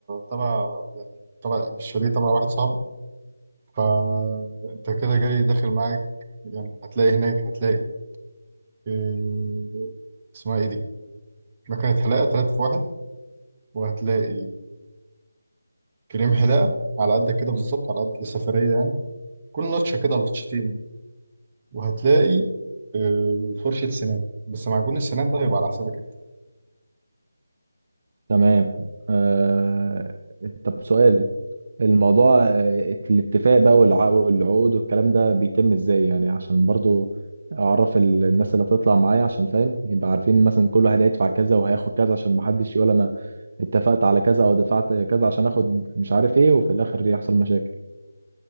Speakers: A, on the right (about 25°); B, on the right (about 40°).
A: تبع يعني تبع الشاليه تبع واحد صاحبك فانت كده جاي داخل معاك يعني هتلاقي هناك هتلاقي آه، اسمها ايه دي مكنه حلاقه ثلاثة في واحد وهتلاقي كريم حلاقه على قدك كده بالظبط على قد السفريه يعني كل لطشه كده لطشتين وهتلاقي آه، فرشة سنان بس معجون السنان ده هيبقى على حسابك انت
B: تمام آه طب سؤال الموضوع آه، الاتفاق بقى والع- والعقود والكلام ده بيتم ازاي يعني عشان برضو أعرف ال- الناس اللي هتطلع معايا عشان فاهم يبقى عارفين مثلا كل واحد هيدفع كذا وهياخد كذا عشان محدش يقول أنا اتفقت على كذا أو دفعت كذا عشان آخد مش عارف إيه وفي الآخر يحصل مشاكل